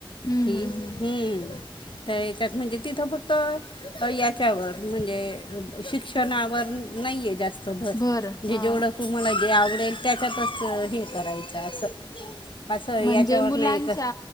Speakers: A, on the left; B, on the left.
A: हम्म
B: की
A: हम्म हम्म
B: हमम त्या याच्यात म्हणजे तिथं फक्त याच्यावर म्हणजे शिक्षणावर नाहीये जास्त भर म्हणजे
A: बरं हा
B: जेवढं तुम्हाला जे आवडेल त्याच्यातच हे करायचं असं अस याच्यावर
A: म्हणजे मुलांच्या
B: नाही.